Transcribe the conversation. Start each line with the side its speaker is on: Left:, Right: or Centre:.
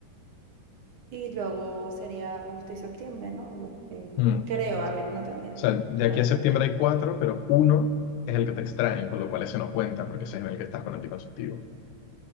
Right: y luego sería agosto y septiembre, ¿no? Los que
Left: Mm.
Right: creo, a ver, no tengo ni idea,
Left: O sea, de
Right: realmente.
Left: aquí a septiembre hay cuatro, pero uno es el que te extraen, con lo cual ese no cuenta, porque ese es en el que estás con anticonceptivo.